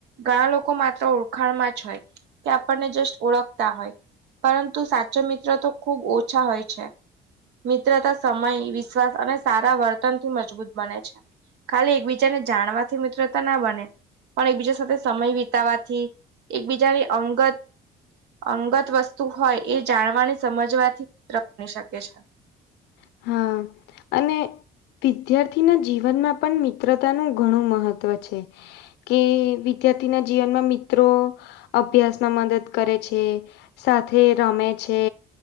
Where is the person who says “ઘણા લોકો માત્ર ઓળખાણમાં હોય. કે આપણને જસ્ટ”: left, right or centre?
Right